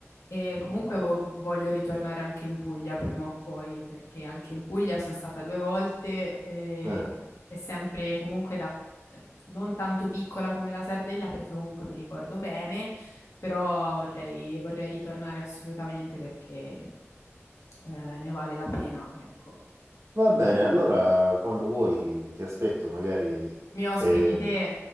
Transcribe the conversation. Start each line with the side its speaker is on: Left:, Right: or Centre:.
Left: E
Right: Mm,
Left: comunque
Right: mm, mm.
Left: vo- voglio ritornare anche in Puglia prima o poi, perché anche in Puglia sono stata due volte e,
Right: Eh,
Left: e sempre comunque da eh, non tanto piccola come la Sardegna, perché comunque mi ricordo bene, però vorrei, vorrei ritornare assolutamente perché eh, ne vale la pena, ecco.
Right: Va bene, allora quando vuoi ti aspetto, magari...
Left: Mi ospiti
Right: Eh,
Left: te?